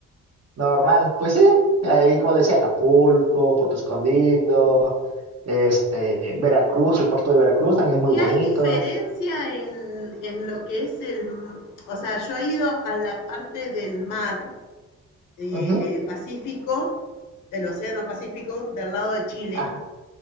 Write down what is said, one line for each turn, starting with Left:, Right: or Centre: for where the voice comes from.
Right: normal, pues sí, ahí como decía, Acapulco, Puerto Escondido, este, Veracruz, el puerto de Veracruz también es muy
Left: Y
Right: bonito.
Left: hay diferencia en, en lo que es el, o sea, yo he ido a la parte del mar eh,
Right: Ujú.
Left: Pacífico, del Océano Pacífico, del lado de Chile,
Right: Ajá,